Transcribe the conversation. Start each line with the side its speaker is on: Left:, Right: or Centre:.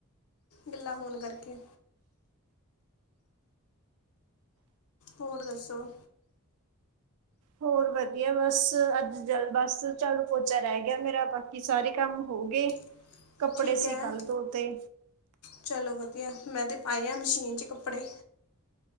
Left: ਗਿੱਲਾ ਹੋਣ ਕਰਕੇ। ਹੋਰ ਦੱਸੋ।
Right: ਹੋਰ ਵਧੀਆ ਬਸ ਅੱਜ ਜਲ ਬਸ ਝਾੜੂ ਪੋਚਾ ਰਹਿ ਗਿਆ ਮੇਰਾ, ਬਾਕੀ ਸਾਰੇ ਕੰਮ ਹੋ ਗਏ।
Left: <inaudible>
Right: ਕੱਪੜੇ ਅਸੀ
Left: ਹੈ
Right: ਕੱਲ ਧੋਤੇ।
Left: ਚਲੋ ਵਧੀਆ, ਮੈਂ ਤੇ ਪਾਏ ਆ ਮਸ਼ੀਨ 'ਚ ਕੱਪੜੇ।